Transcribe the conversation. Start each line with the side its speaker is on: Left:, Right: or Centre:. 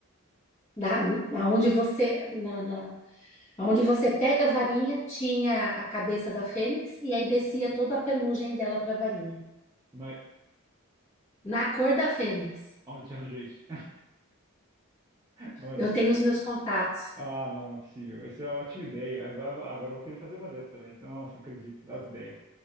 Left: Na, na onde você, na, na, onde você pega a varinha, tinha a cabeça da Fênix e aí descia toda a pelugem dela para a varinha.
Right: Mas
Left: Na cor da Fênix.
Right: onde você arranjou isso? <laughs>
Left: Eu tenho os meus contatos.
Right: Ah, não, é possível. Essa é uma ótima ideia. Agora, agora eu vou querer fazer uma dessa também. Nossa, não acredito. As ideias.